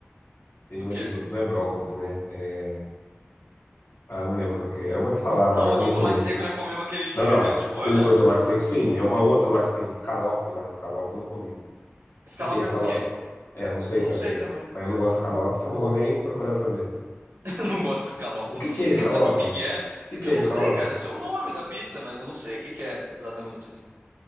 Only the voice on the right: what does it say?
No
quê?
Não,
rúcula,
tomate seco, né? Comemos aquele dia
que a gente foi,
né?
Escalope
é com o quê?
Não
sei também.
<laughs> Não gosto de escalope.
<laughs> Nem
sabe o que que
é.
Eu
não
sei, cara.
Esse é o nome da pizza, mas eu não sei o que que é exatamente assim.